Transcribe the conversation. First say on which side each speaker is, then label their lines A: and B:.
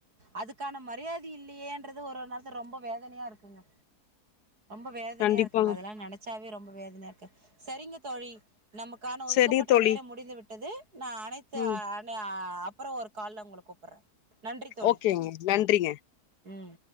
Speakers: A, on the right; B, on the left.
A: அதுக்கான மரியாதில்லையேன்றது ஒரு நேரத்துல ரொம்ப வேதனையா இருக்குங்க ரொம்ப வேதனையா
B: கண்டிப்பா
A: இருக்குங்க அதெல்லா நெனச்சாவே ரொம்ப வேதனையா இருக்கு செரிங்க தோழி நமக்கான ஒதுக்கப்பட்ட
B: செரிங்க தோழி
A: நேர முடிந்து விட்டது நா அனைத்து
B: ம்
A: ஆ இல்லயா அப்பறோ ஒரு கால்ல உங்களுக்கு கூப்புறே நன்றி தோழி
B: ஓகேங்க நன்றிங்க
A: ம்